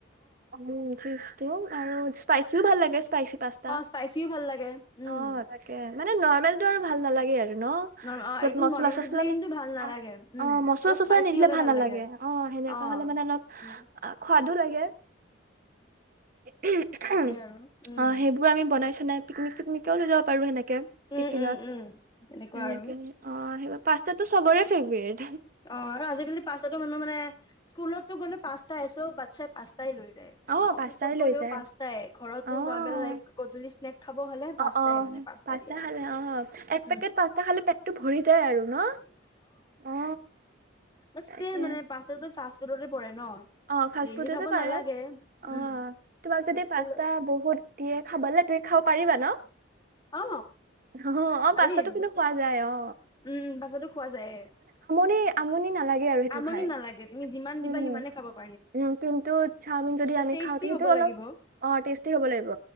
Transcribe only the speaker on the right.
অ, চিছ আৰু স্পাইচিও ভাল লাগে। স্পাইচি পাস্তা
অ তাকে মানে নৰ্মেলটো আৰু ভাল নালাগে আৰু। ন
য'ত
মচলা
চচলা
নি
অ
অ মচলা
চচলা
নিদিলে
ভাল নালাগে
অ সেনেকুৱা
হলে মানে অলপ
খোৱাদো লাগে। অ
সেইবোৰ আমি বনাইছো সে পিকনিক চিকে লৈ য পাৰো সেনেকে
টিফিনত
এনেকে
অ সেইবাবে পাস্তাটো সবৰে ফেভৰেট
অ
পাস্তাই
লৈ যায়
অ
অ অ
পাস্তা
খালে অ এক পেকেট
পাস্তা খালে পেটটো ভৰি যায় আৰু ন অ
তাকে
অ ফা
ফুড
পাৰে
অ
তোমাক যদি
পাস্তা বহুত দিয়ে খাব তুমি খাব পাৰিবা ন
ন অ অ
পাচাটো
কিন্তু খোৱা যায় অ
নি আমনি নালাগে আৰু সেইটো
খাই
উম
কিন্তু চাওমিন যদি আমি
খাওঁ তে
অলপ
অ টেস্টি হব লাগিব